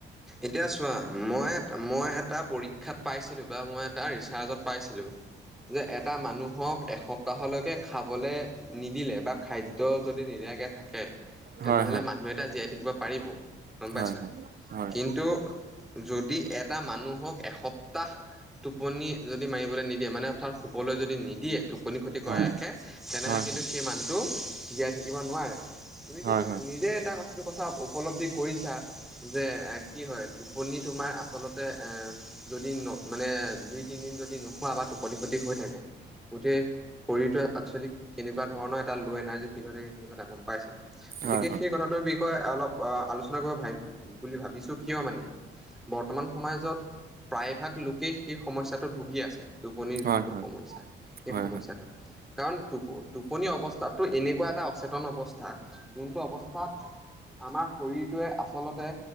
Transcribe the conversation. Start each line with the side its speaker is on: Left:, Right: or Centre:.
Centre: এতিয়া চোৱা মই মই এটা পৰীক্ষাত পাইছিলোঁ বা মই এটা ৰিচাৰ্জত পাইছিলোঁ যে এটা মানুহক এসপ্তাহলৈকে খাবলৈ নিদিলে বা খাদ্য যদি নিদিয়াকে থাকে তেনেহলে
Right: হয় হয়
Centre: মানুহ এটা জীয়াই থাকিব পাৰিব গম পাইছা
Right: হয় হয়
Centre: কিন্তু যদি এটা মানুহক এসপ্তাহ টোপনি যদি মাৰিবলৈ নিদিয়ে মানে পথত শুবলৈ যদি নিদিয়ে টোপনি ক্ষতি কৰা
Right: হয়
Centre: আশে তেনেহলে
Right: হয়
Centre: কিন্তু সেই মানুহটো জীয়াই থাকিব নোৱাৰে তুমিতো
Right: হয় হয়
Centre: নিজে এটা কথা সেইটো কথা উপলব্ধি কৰিছা যে এ কি হয় টোপনি তোমাৰ আচলতে এ যদি ন মানে দুই তিনিদিন যদি নোখোৱা বা টোপনি খতি হৈ থাকে গোটেই শৰীৰটো এক্চুৱেলি কেনেকুৱা ধৰণৰ এটা ল' এনাৰ্জি ফিল হৈ থে সেইখিনি কথা গম পাইছে গতিকে
Right: হয় হয় হয়
Centre: সেই কথাটোৰ বিষয়ে অলপ আলোচনা কৰিব ভাইম বুলি ভাবিছো কিয় মানে বৰ্তমান সমাজত প্ৰায়ভাগ লোকেই সেই সমস্যাটো ভুগি আছে টোপনিৰ
Right: হয়
Centre: যোনটো
Right: হয়
Centre: সমস্যা সেই
Right: হয়
Centre: সমস্যাটো কাৰণ টো টোপনি অৱস্থাতো এনেকুৱা এটা অচেতন অৱস্থা যোনটো অৱস্থাত আমাৰ শৰীৰটোৱে আচলতে